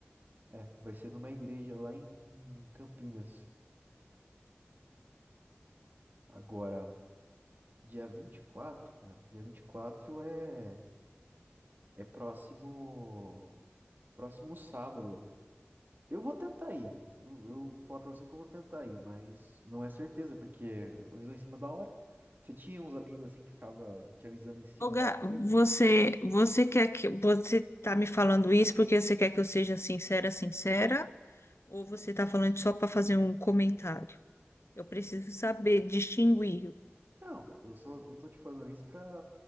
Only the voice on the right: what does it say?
É, vai ser numa igreja lá em, em Campinas. Agora, Dia 24 cara. Dia vinte e quatro é é próximo próximo sábado. Eu vou tentar ir. Eu, eu vou falar pra você que eu vou tentar ir, mas não é certeza porque avisou em cima da hora. Você tinha uns amigos assim que ficava te avisando em cima
da hora, coisa?
Não, eu só eu tô te falando isso pra